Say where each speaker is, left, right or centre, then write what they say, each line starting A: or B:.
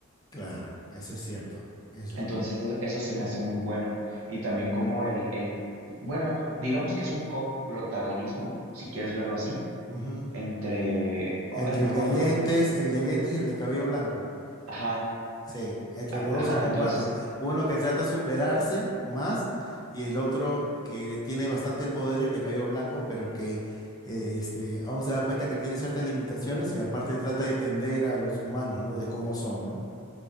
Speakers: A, on the left; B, on the right.
A: Claro, eso es cierto. Eso.
B: Entonces e- eso se me hace muy bueno. Y también como el, el, bueno, digamos que es un coprotagonismo, si quieres verlo así,
A: Ujú.
B: entre, ay,
A: Entre
B: no
A: el
B: me
A: de
B: acuerdo
A: lentes,
B: cómo,
A: el de lentes y el de cabello blanco.
B: ajá,
A: Sí, entre
B: a-
A: los dos
B: ajá,
A: se comparten.
B: entonces...
A: Uno que trata de superarse más y el otro que tiene bastante poder, el de cabello blanco, pero que eh, este, aún se da cuenta que tiene ciertas limitaciones y aparte trata de tender a los humanos, ¿no? De cómo son, ¿no?